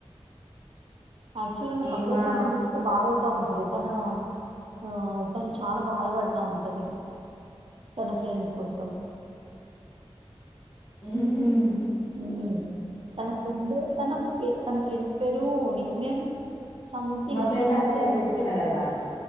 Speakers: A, on the right; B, on the left.
A: యాక్టువల్ గా నాకు
B: ఈ
A: అప్పుడప్పుడ
B: మా
A: ఆమెను చూస్తే బాధ అయిత ఉంది. తన ఆ తను చాలా బాధపడుతా ఉంటది. తన ఫ్రెండ్ కోసం
B: ఉహుమ్
A: ఉమ్ తన ఫ్రెండ్ తనకి తన ఫ్రెండ్ పేరు నిక్ నేమ్ సంతింగ్
B: మా ఫ్రెండ్
A: సి మీద
B: అక్షయ
A: ఏదో
B: అని చెప్పిన కదా